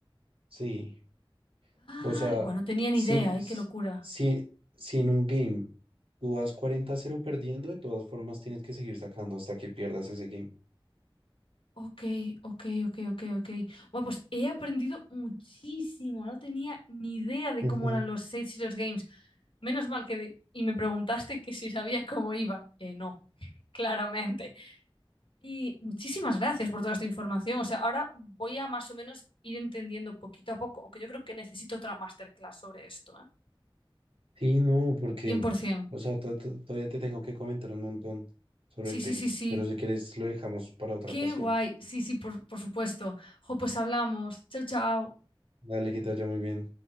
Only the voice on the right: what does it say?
¿sí?
O sea,
si,
si, si en un game Tú vas 40-0 perdiendo, de todas formas tienes que seguir sacando hasta que pierdas ese game.
Ujú.
Sí, no, porque,
o sea, to- to- todavía te tengo que comentar un montón sobre
el
tenis,
pero si quieres lo dejamos para otra
ocasión.
Dale, que te vaya muy bien.